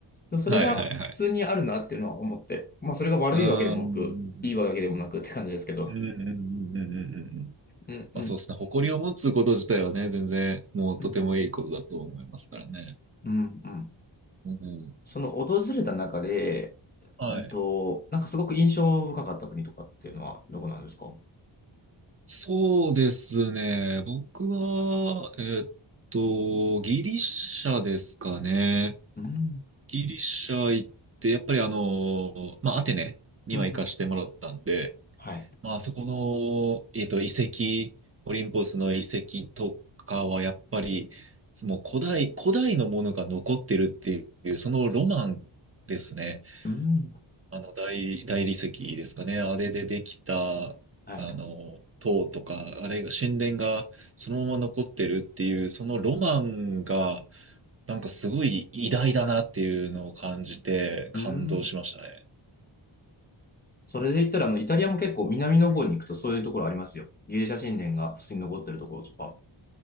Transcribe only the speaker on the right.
はいはいはい。
うーん。
うんうんうんうんうんうんん
まあそうですね。誇りを持つこと自体はね、全然もうとてもいいことだと思いますからね。
うん。
はい。
そうですね。僕は、えーっと、ギリシャですかね。
ギリシャ行って、やっぱりあの、まあアテネには行かしてもらったんで、
まああそこの、えーっと、遺跡、オリンポスの遺跡とかはやっぱり、もう古代、古代のものが残ってるっていう、そのロマンですね。
あの大、大理石ですかね。あれでできた、あ
の、塔とか、あれが、神殿がそのまま残ってるっていう、そのロマンが、なんかすごい偉大だなっていうのを感じて、感動しましたね。